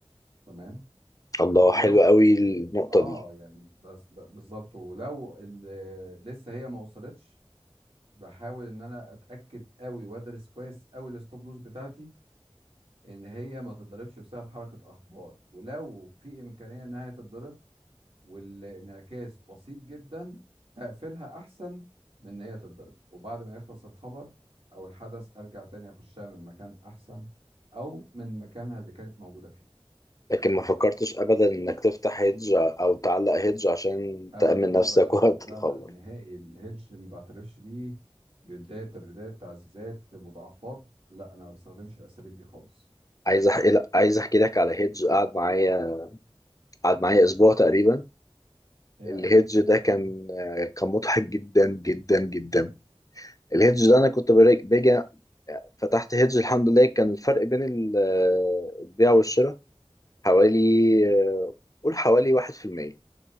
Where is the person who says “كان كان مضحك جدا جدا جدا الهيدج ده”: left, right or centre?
Left